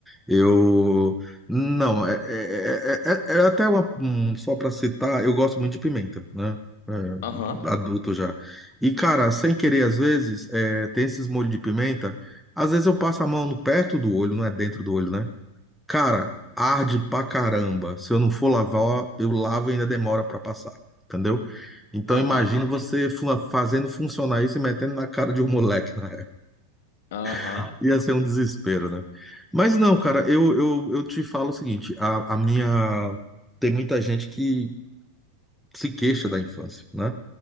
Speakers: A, in the centre; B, on the left.
A: Eu. Não, é, é, é, é- é é até uma, hum, só pra citar, eu gosto muito de pimenta, né? É,
B: Aham,
A: adulto já. E, cara, sem querer, às vezes, é, tem esses molhos de pimenta, às vezes eu passo a mão no perto do olho, não é dentro do olho, né? Cara, arde pra caramba. Se eu não for lavar, eu lavo e ainda demora pra passar, entendeu? Então
B: aham,
A: imagina você fu- fazendo funcionar isso e metendo na cara de um moleque, né?
B: aham,
A: <laughs> Ia ser um desespero, né? Mas não, cara, eu, eu, eu te falo o seguinte, a, a minha... Tem muita gente que se queixa da infância, né?